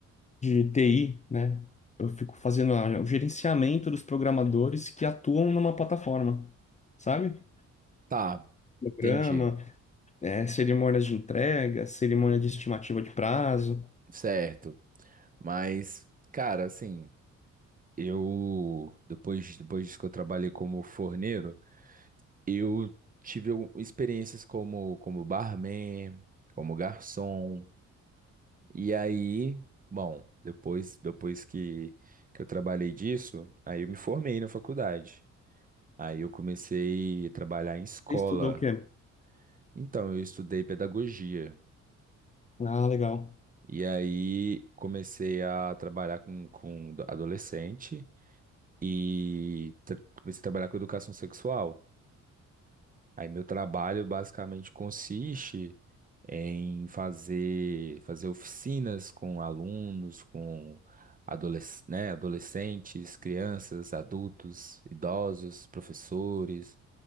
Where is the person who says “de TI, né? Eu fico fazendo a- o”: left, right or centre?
Left